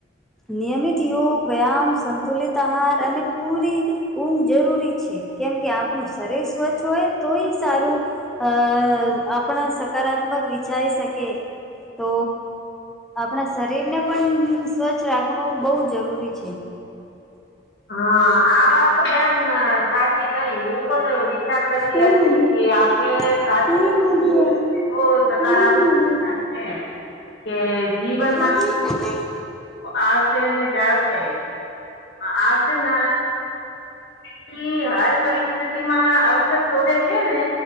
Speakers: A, in the centre; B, on the left (about 60°).
A: નિયમિત યોગ વ્યાયામ સંતુલિત આહાર અને પૂરી ઊંઘ જરૂરી છે. કેમ કે આપણું શરીર સ્વચ્છ હોય તોય સારું અ આપણા સકારાત્મક વિચારી શકીએ. તો આપણા શરીર ને પણ સ્વચ્છ રાખ વું બહુ જરૂરી છે.
B: હા આ વાત તો બેન સાચી કઈ હું પણ વિચાર કરતી
A: નહી
B: હતી
A: નદી
B: કે આપને સાચું
A: નહી નદી હે
B: તો સકારાત્મક
A: નહી નદી
B: વિચાર છે. કે જીવનમાં
A: નદી તો નહી
B: આવશે ને જશે આવશે ના થી હાર પરિસ્થિતિ માં અવસર શોધે છે ને